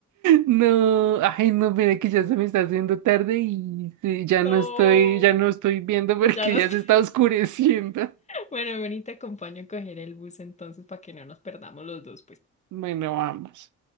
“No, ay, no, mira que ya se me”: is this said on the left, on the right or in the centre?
Right